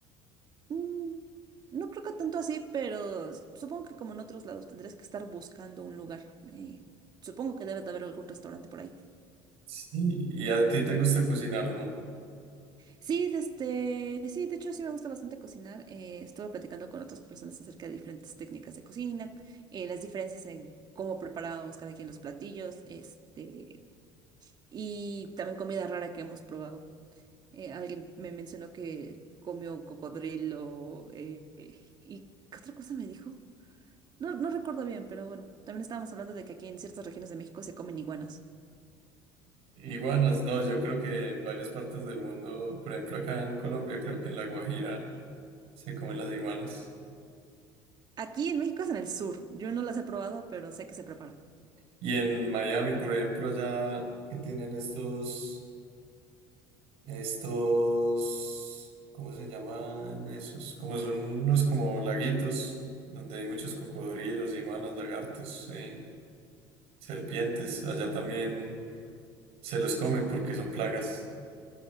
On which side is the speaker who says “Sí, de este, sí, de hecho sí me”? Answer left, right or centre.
Right